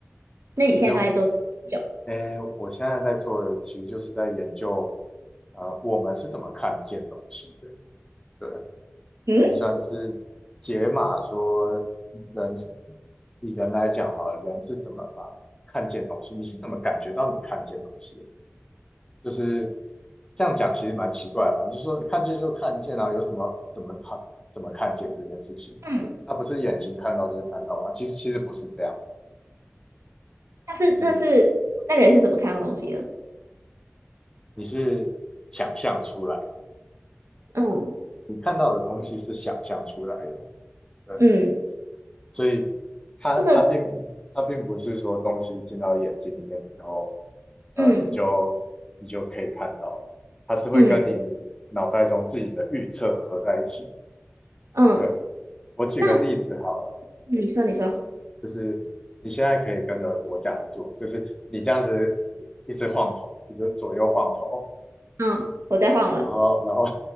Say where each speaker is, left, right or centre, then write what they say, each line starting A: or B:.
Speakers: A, on the right; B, on the left.
A: 那你现在都在做什么研究
B: 就是呃，我现在在做的其实就是在研究，呃，我们是怎么看见东西的。对，
A: 嗯，
B: 就算是解码说人以人来讲好了，人是怎么把看见东西，你是怎么感觉到你看见东西的就是这样讲其实蛮奇怪的吧？就是说看见就看见啊，有什么怎么看怎么看见这件事情？
A: 嗯，
B: 那不是眼睛看到就是看到吗？其实其实不是这样，
A: 那是那是那人是怎么看到东西的？
B: 就是你是想象出来的，
A: 嗯
B: 你看到的东西是想象出来的，对。
A: 嗯，
B: 所以它它并它并不是说东西进到眼睛里面之后，
A: 这个
B: 呃，
A: 嗯
B: 你就你就可以看到，它是会跟你脑袋中自己的预测合在一起。
A: 嗯嗯，
B: 对，我举个例子好了，
A: 那你说你说，
B: 就是你现在可以跟着我讲的做，就是你这样子一直晃头，一直左右晃头，
A: 嗯，我再晃了，
B: 然后然后